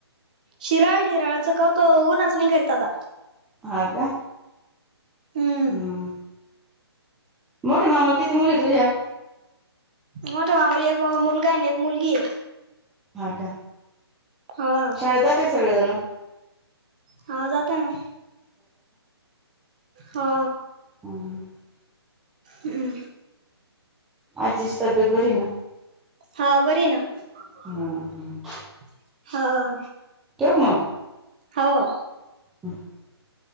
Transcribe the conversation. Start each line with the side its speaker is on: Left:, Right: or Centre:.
Right: शिराळ शिराळचं करतो उन्हांच नाहीं करीत आंता
Centre: हां कां
Right: हम्म
Centre: हम्मं मोठे मामालां किती मुली आहे तुझ्यां
Right: मोठ मामा एक मुलंगा आहे ना एक मुलंगी आहे
Centre: हां कां
Right: हा
Centre: शाळेंत जातांत सगळें जणं
Right: हां जातां नां हां
Centre: हम्म
Right: हुं
Centre: आजीची तब्येत बरी हायं नां
Right: हां बरी हांय नां
Centre: हा हा
Right: हां
Centre: ठेऊं कां मगं
Right: हांव
Centre: <inaudible>